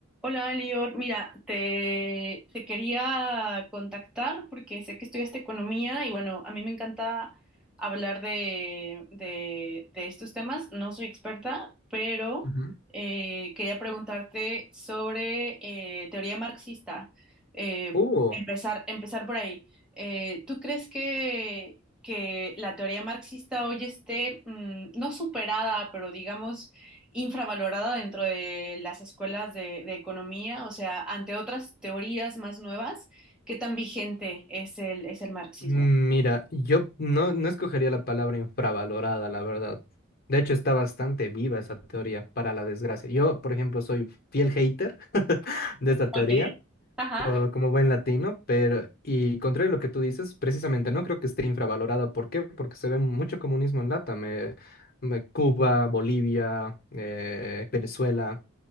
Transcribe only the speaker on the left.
Ujú.
Uh,
mm, mira, yo no, no escogería la palabra infravalorada, la verdad. De hecho, está bastante viva esa teoría, para la desgracia. Yo, por ejemplo, soy fiel hater <laughs> de esta
teoría,
po- como buen latino, pero, y contrario a lo que tú dices, precisamente no creo que esté infravalorada. ¿Por qué? Porque se ve mucho comunismo en LATAM, eh, me- Cuba, Bolivia, eh, Venezuela,